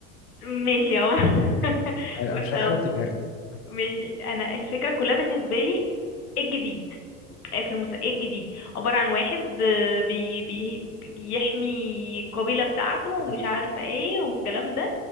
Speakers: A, on the left (about 75°); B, on the left (about 30°).
A: ماشي يا عمر <laughs>
B: أنا
A: بص
B: مش أي
A: هو
B: حاجة بتبهرني مم.
A: ماشي انا الفكره كلها بالنسبه لي ايه الجديد آه، في المسا ايه الجديد عباره عن واحد آه، بي بي بيحمي القبيله بتاعته ومش
B: قبلته
A: عارفه ايه والكلام ده